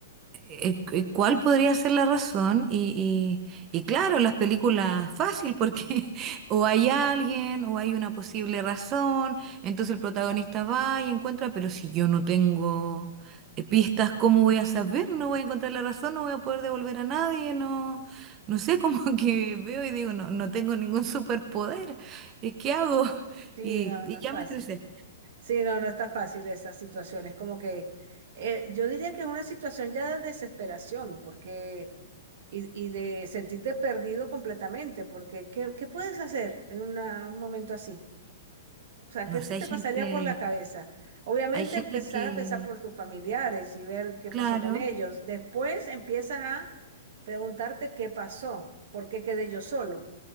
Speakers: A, on the right (about 30°); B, on the right (about 65°).
A: eh, cu- eh, ¿Cuál podría ser la razón? Y, y, y claro, las películas fácil porque <laughs> o hay alguien o hay una posible razón, entonces el protagonista va y encuentra, pero si yo no tengo eh, pistas, ¿cómo voy a saber? No voy a encontrar la razón, no voy a poder devolver a nadie, no, no sé, <laughs> como que veo y digo, no, no tengo ningún superpoder, eh, ¿qué hago? <laughs>
B: Sí,
A: Y,
B: no,
A: y
B: no es
A: ya
B: fácil.
A: me estresé.
B: Sí, no, no está fácil esa situación. Es como que eh, yo diría que es una situación ya de desesperación, porque y, y de sentirte perdido completamente, porque ¿qué, qué puedes hacer en una- un momento así? O sea,
A: No
B: ¿qué se
A: sé,
B: te
A: hay gente,
B: pasaría por la cabeza? Obviamente
A: hay gente
B: empezar
A: que,
B: a pensar por tus familiares y ver qué
A: claro.
B: pasó con ellos. Después empiezas a preguntarte qué pasó, por qué quedé yo solo,